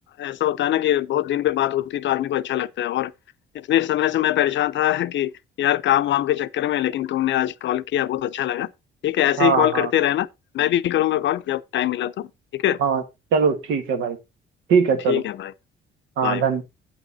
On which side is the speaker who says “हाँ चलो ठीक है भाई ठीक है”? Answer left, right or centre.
Right